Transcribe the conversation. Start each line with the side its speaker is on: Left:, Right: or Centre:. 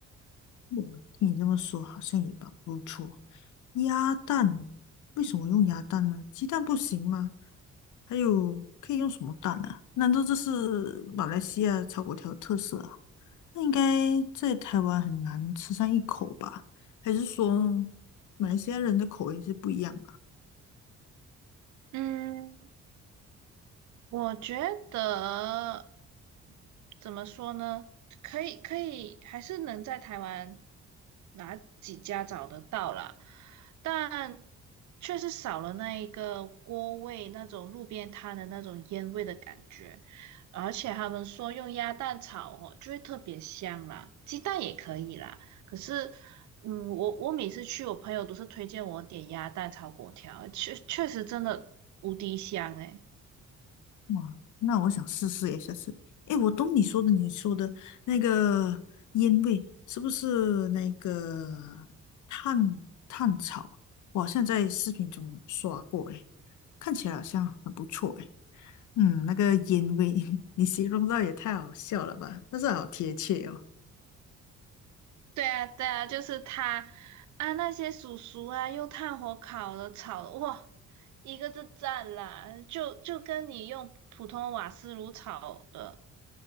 Left: 哇听你这么说，好像也蛮不错。鸭蛋，为什么用鸭蛋呢？鸡蛋不行吗？还有可以用什么蛋啊？难道这是马来西亚炒粿条的特色啊？那应该在台湾很难吃上一口吧？还是说马来西亚人的口味是不一样的？
Right: 嗯，我觉得怎么说呢？可以，可以，还是能在台湾哪几家找得到啦，但确实少了那一个锅味，那种路边摊的那种烟味的感觉。而且他们说用鸭蛋炒哦，就会特别香啦，鸡蛋也可以啦。可是，嗯，我我每次去，我朋友都是推荐我点鸭蛋炒粿条，确确实真的无敌香诶、
Left: 哇，那我想试试耶，下次。诶，我懂你说的，你说的那个烟味是不是那个炭炭草？我好像在视频中刷过，诶，看起来好像很不错，诶。嗯，那个烟味，<laughs> 你形容到也太好笑了吧？但是好贴切哦。
Right: 对啊，对啊，就是他，啊，那些叔叔啊，用炭火烤的、炒的，哇，一个字赞啦，就就跟你用普通瓦斯炉炒的，